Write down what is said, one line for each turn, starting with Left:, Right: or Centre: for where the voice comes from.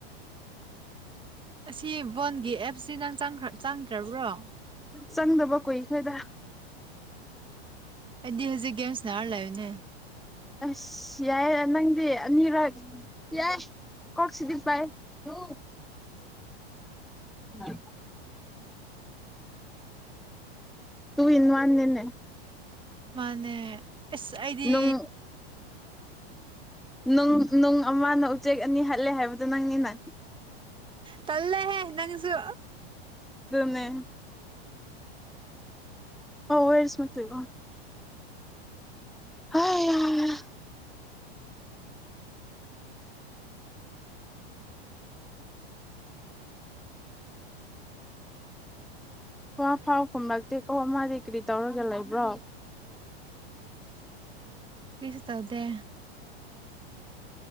Right: ꯑꯁꯤ ꯋꯥꯕꯟꯒꯤ ꯑꯦꯞ ꯁꯤ ꯅꯪꯈ꯭ꯔ ꯆꯥꯡꯗ꯭ꯔꯕ꯭ꯔꯣ
Centre: ꯆꯪꯗꯕ ꯀꯨꯏꯈ꯭ꯔꯦꯗ
Right: ꯑꯩꯗꯤ ꯍꯧꯖꯤꯛ ꯒꯦꯝꯁ ꯅꯥꯔ ꯂꯩꯌꯅꯦ
Centre: ꯑꯁ ꯌꯥꯏ ꯅꯪꯗꯤ ꯑꯅꯤꯔꯛ ꯌꯥꯏ ꯀꯣꯛꯁꯤꯗꯤ ꯄꯥꯏ ꯍ <inaudible> <inaudible> ꯇꯨ ꯏꯟ ꯋꯥꯟ ꯅꯟꯅꯦ
Right: ꯃꯥꯅꯦ ꯑꯦꯁ ꯑꯩꯗꯤ
Centre: ꯅꯨꯡ ꯅꯨꯡ ꯅꯨꯡ ꯑꯃꯅ ꯎꯆꯦꯛ ꯑꯅꯤ ꯍꯜꯂꯦ ꯍꯥꯏꯕꯗꯨꯣ ꯅꯪꯅꯤꯅ
Right: ꯇꯜꯂꯦꯍꯦ ꯅꯪꯁꯨ
Centre: ꯃꯦ ꯑꯣꯋꯔꯁ ꯃꯂꯤꯣ ꯍ ꯋꯥ ꯐꯥꯎ ꯈꯨꯝꯂꯛꯇꯦꯀꯣ ꯃꯥꯗꯤ ꯀꯔꯤ ꯇꯧꯔꯒ ꯂꯩꯕ꯭ꯔꯣ
Right: ꯀꯁ ꯇꯕꯗꯦ